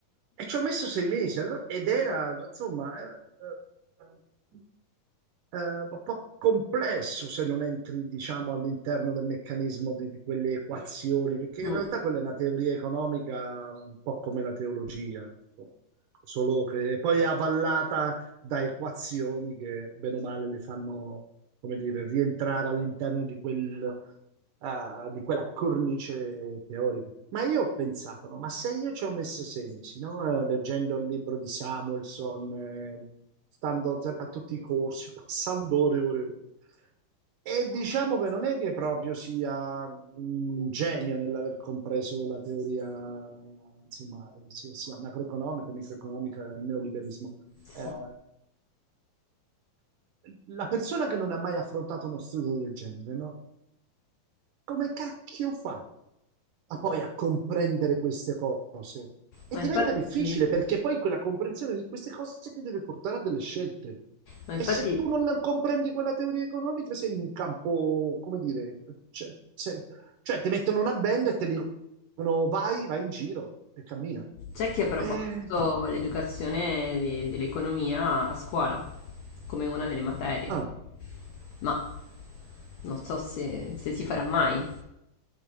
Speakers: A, on the right (about 70°); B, on the left (about 90°).
A: E ci ho messo sei mesi, allora- ed era, insomma, eh, eh, eh, un po' complesso se non entri, diciamo, all'interno del meccanismo di, di quelle equazioni, perché
B: Mm,
A: in realtà quella è una teoria economica un po' come la teologia, insomma, ecco, solo che poi è avvallata da equazioni che bene o male le fanno, come dire, rientrare all'interno di quel eh, di quella cornice teorica. Ma io ho pensato, no? Ma se io ci ho messo sei mesi, no? Eh, Leggendo il libro di Samuelson, eh, stando sempre a tutti i corsi, <laughs> passando ore e ore. e ore. E diciamo che non è che proprio sia un genio nell'aver compreso la teoria, insomma, sia, sia macroeconomica, microeconomica, il neoliberismo.
B: sì.
A: Eh, la persona che non ha mai affrontato uno studio del genere, no? come cacchio fa a poi a comprendere queste cose? E
B: Ma
A: diventa
B: infatti,
A: difficile perché poi quella comprensione di queste cose ti deve portare a delle scelte.
B: ma infatti
A: E se tu non la- comprendi quella teoria economica, sei in un campo, come dire, cioè, sei- cioè, ti mettono una benda e ti dicono vai, vai in giro e cammina.
B: c'è chi ha proposto
A: Eh,
B: l'educazione di- dell'economia a scuola come una delle materie,
A: ah.
B: ma non so se, se si farà mai.